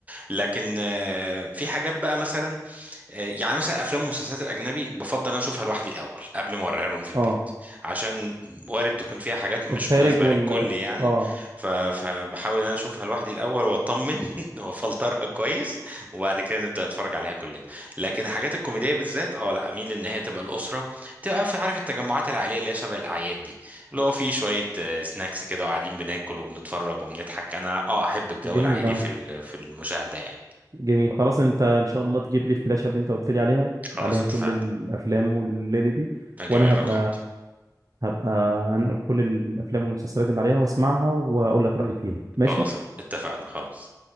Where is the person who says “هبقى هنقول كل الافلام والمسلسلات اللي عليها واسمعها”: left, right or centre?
Right